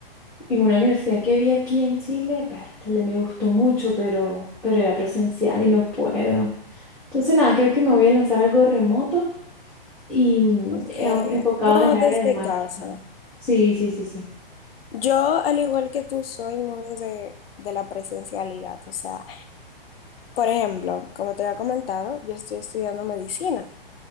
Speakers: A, in the centre; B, on the left.
A: y una universidad que vi aquí en Chile, pértale, me gustó mucho, pero, pero era presencial y no puedo. Entonces nada, creo que me voy a lanzar algo remoto y mm,
B: Ok,
A: eh, enfocado
B: no
A: en el área
B: desde
A: de marketing.
B: casa.
A: Sí, sí, sí, sí.
B: Yo, al igual que tú, soy muy de, de la presencialidad. O sea, por ejemplo, como te había comentado, yo estoy estudiando medicina.